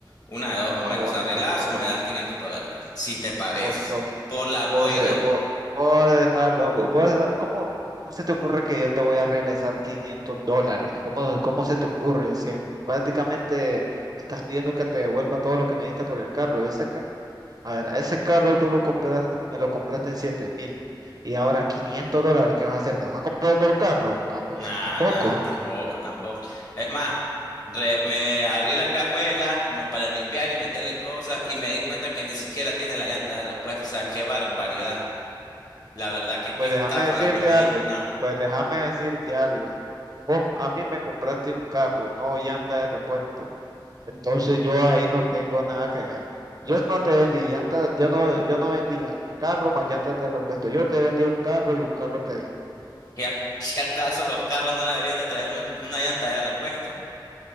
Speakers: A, on the left (about 50°); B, on the right (about 50°).
A: Una de dos, o
B: No,
A: me los
B: vos
A: arreglas
B: estás loco.
A: o me das 500 dólares, si te pareces.
B: Vos sos,
A: Por la
B: vos,
A: buena.
B: eh, vos, vos estás loco. Vos estás- ¿cómo, cómo se te ocurre que yo te voy a regresar 500 dólares? ¿Cómo, cómo se te ocurre? Si el- prácticamente me estás pidiendo que te devuelva todo lo que me diste por el carro. Ese carro A ver, ese carro tú lo compras, me lo compraste en siete mil y ahora 500 dólares, ¿qué vas a hacer? ¿Te vas a comprar otro carro? No, pero
A: Nah,
B: sí, tampoco.
A: nah, tampoco, tampoco. Es más, re- me abrí la cajuela como para limpiar y meterle cosas y me di cuenta que ni siquiera tiene la llanta de repuesto. O sea, qué barbaridad. La verdad que qué
B: Pues
A: estafa
B: déjame decirte
A: la que me
B: algo,
A: diste. No,
B: pues déjame decirte algo. Vos a mí me compraste un carro, no llanta de repuesto. Entonces yo ahí no tengo nada que ver. Yo no te vendí llantas, yo no, yo no vendía carro más llantas de repuesto. Yo te vendí un carro y un carro te di.
A: ¿qué, a- qué acaso los carros no deberían de traer un- una llanta de repuesto?